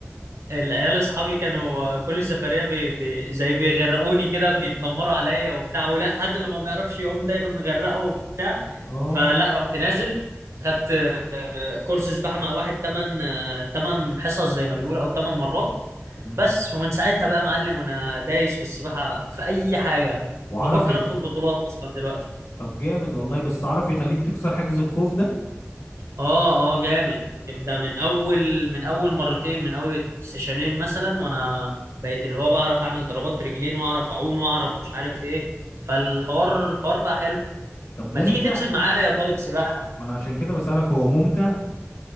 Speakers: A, on the right; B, on the left.
A: العيال اصحابي كانوا كل سفريه بي بي زي بيغرقوني كده بيتنمروا عليا وبتاع ولا هات اللي ما بيعرفش يعوم ده نغرقه وبتاع
B: اه
A: فلا رحت نازل خدت آه، كورس سباحه مع واحد تمن آه، تمن حصص زي ما بيقولوا او تمن مرات
B: مم.
A: بس ومن ساعتها بقى معلم وانا دايس في السباحه في اي حاجه
B: وعرف
A: بفكر
B: يخ...
A: ادخل بطولات اصلا دلوقتي
B: طب جامد والله بس عرف يخليك تكسر حاجز الخوف ده
A: اه اه جامد ده من اول من اول مرتين من اول سيشنين مثلا وانا بقيت اللي هو بعرف اعمل ضربات رجلين واعرف اعوم واعرف مش عارف ايه فالحوار الحوار بقى حلو
B: طب ممتع
A: ما تيجي تنزل معايا طيب سباحة
B: ما انا عشان كده بسألك هو ممتع